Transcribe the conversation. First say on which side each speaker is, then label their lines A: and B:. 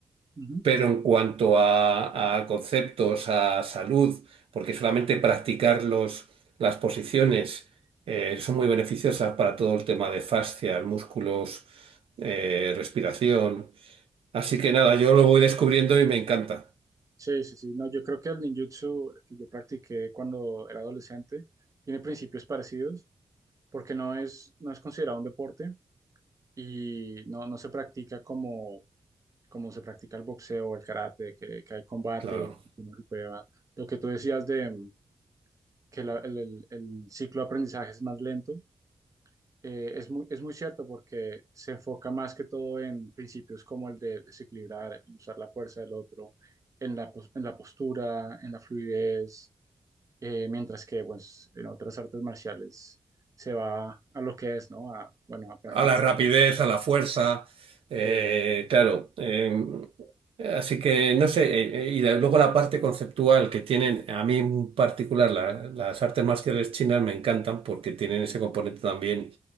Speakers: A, on the right (about 35°); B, on the right (about 85°).
A: Ujú.
B: pero en cuanto a, a conceptos, a salud, porque solamente practicar los- las posiciones eh, son muy beneficiosas para todo el tema de fascias, músculos, eh, respiración. Así que nada, yo lo voy descubriendo y me encanta.
A: Sí, sí, sí. No, yo creo que el ninjutsu que yo practiqué cuando era adolescente tiene principios parecidos porque no es, no es considerado un deporte y no, no se practica como, como se practica el boxeo o el karate, que, que hay combate,
B: Claro.
A: que uno se prueba. Lo que tú decías de mm, que la- el, el- el ciclo de aprendizaje es más lento, eh, es muy, es muy cierto porque se enfoca más que todo en principios como el de desequilibrar, usar la fuerza del otro, en la, pos- en la postura, en la fluidez eh, mientras que pues, en otras artes marciales se va a lo que es, ¿no? A, bueno, a practicar.
B: a la rapidez, a la fuerza, eh,
A: Sí,
B: claro. eh, así que no sé, eh, eh, y la- luego la parte conceptual que tienen, a mí en particular la- las artes marciales chinas me encantan porque tienen ese componente también